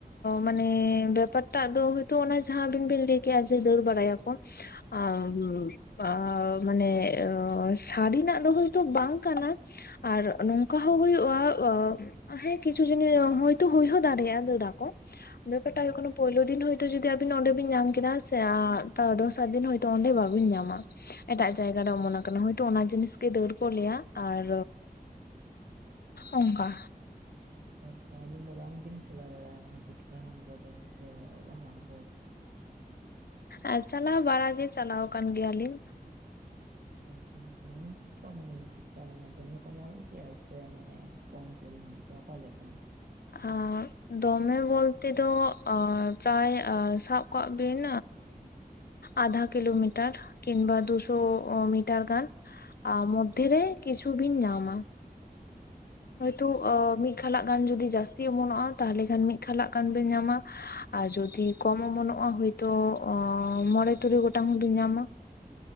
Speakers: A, on the left; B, on the right.
A: ᱢᱟᱱᱮ ᱵᱮᱯᱟᱨ ᱴᱟᱜ ᱫᱚ ᱦᱳᱭᱛᱳ ᱚᱱᱟ ᱡᱟᱦᱟᱸ ᱟᱵᱤᱱ ᱵᱤᱱ ᱞᱟᱹᱭ ᱠᱮᱭᱟ ᱡᱮ ᱫᱟᱹᱲ ᱵᱟᱲᱟᱭᱟᱠᱚ ᱟᱨ ᱟᱻ ᱢᱟᱱᱮ ᱥᱟᱹᱨᱤᱱᱟᱜ ᱫᱚ ᱦᱳᱭᱛᱚ ᱵᱟᱝ ᱠᱟᱱᱟ ᱟᱨ ᱱᱚᱝᱠᱟ ᱦᱚᱸ ᱦᱳᱭᱳᱜ-ᱟ ᱦᱮᱸ ᱠᱤᱪᱷᱩ ᱡᱤᱱᱤᱥ ᱦᱳᱭᱛᱳ ᱦᱩᱭ ᱦᱚᱸ ᱫᱟᱲᱮᱭᱟᱜ-ᱟ ᱫᱟᱹᱲ ᱟᱠᱚ ᱵᱮᱯᱟᱨᱴᱟᱜ ᱦᱩᱭᱩᱜ
B: ᱟᱪᱪᱷᱟ
A: ᱠᱟᱱᱟ ᱯᱳᱭᱞᱳ ᱫᱤᱱ ᱦᱳᱭᱛᱳ ᱡᱚᱫᱤ ᱟᱵᱤᱱ ᱚᱰᱮ ᱵᱤᱱ ᱧᱟᱢ ᱠᱮᱫᱟ ᱥᱮ ᱟᱨ ᱫᱚᱥᱟᱨ ᱫᱤᱱ ᱦᱚᱭᱛᱳ ᱚᱸᱰᱮ ᱵᱟᱹᱧ ᱧᱟᱢᱟ ᱮᱴᱟᱜ ᱡᱟᱭᱜᱟ ᱨᱮ ᱚᱢᱚᱱ ᱟᱠᱟᱱᱟ ᱦᱚᱭᱛᱚ ᱚᱱᱟ ᱡᱤᱱᱤᱥ ᱜᱮ ᱫᱟᱹᱲ ᱠᱚ ᱞᱟᱹᱭᱟ ᱟᱨ ᱚᱝᱠᱟ
B: ᱟᱪᱪᱷᱟ ᱟᱪᱪᱷᱟ ᱟᱹᱵᱤᱱ ᱫᱚ ᱵᱟᱝ ᱵᱤᱱ ᱪᱟᱞᱟᱣ ᱵᱟᱲᱟ ᱟᱠᱟᱱᱟ ᱯᱩᱴᱠᱟᱹ ᱦᱟᱞᱟᱝ ᱠᱚᱫᱚ ᱥᱮ ᱦᱟᱞᱟᱝ ᱠᱚ?
A: ᱟᱨ ᱪᱟᱞᱟᱣ ᱵᱟᱲᱟ ᱜᱮ ᱪᱟᱞᱟᱣ ᱟᱠᱟᱱ ᱜᱮᱭᱟᱞᱤᱧ
B: ᱟᱪᱪᱷᱟ ᱟᱪᱪᱷᱟ ᱟᱪᱪᱷᱟ ᱚᱱᱮ ᱪᱤᱠᱟ ᱢᱟᱱᱮ ᱪᱤᱠᱟ ᱫᱚᱢᱮ ᱠᱚ ᱧᱟᱢᱚᱜ ᱜᱮᱭᱟ ᱥᱮ ᱢᱟᱱᱮ ᱠᱚᱢ ᱯᱚᱨᱤᱢᱟᱱ ᱛᱮ ᱚᱠᱟ ᱞᱮᱠᱟ
A: ᱟᱨ ᱫᱚᱢᱮ ᱵᱚᱞᱛᱮ ᱫᱚ ᱯᱨᱟᱭ ᱥᱟᱵ ᱠᱟᱜ ᱵᱤᱱ ᱟᱫᱷᱟ ᱠᱤᱞᱳ ᱢᱤᱴᱟᱨ ᱠᱤᱢᱵᱟ ᱫᱩᱥᱚ ᱢᱤᱴᱟᱨ ᱜᱟᱱ ᱟᱨ ᱢᱚᱫᱽᱫᱷᱮᱨᱮ ᱠᱤᱪᱷᱩ ᱵᱤᱱ ᱧᱟᱢᱟ ᱦᱳᱭᱛᱳ ᱢᱤᱫ ᱠᱷᱟᱞᱟᱜ ᱜᱟᱱ ᱡᱚᱫᱤ ᱡᱟᱹᱥᱛᱤ ᱚᱢᱚᱱᱚᱜ-ᱟ ᱛᱟᱦᱚᱞᱮ ᱠᱷᱟᱱ ᱢᱤᱫ ᱠᱷᱟᱞᱟᱜ ᱜᱟᱱ ᱵᱮᱱ ᱧᱟᱢᱟ ᱟᱨ ᱡᱚᱫᱤ ᱠᱚᱢ ᱚᱢᱚᱱᱚᱜ-ᱟ ᱦᱳᱭᱛᱳ ᱢᱚᱬᱮ ᱛᱩᱨᱩᱭ ᱜᱚᱴᱟᱝ ᱦᱚᱸ ᱵᱤᱱ ᱧᱟᱢᱟ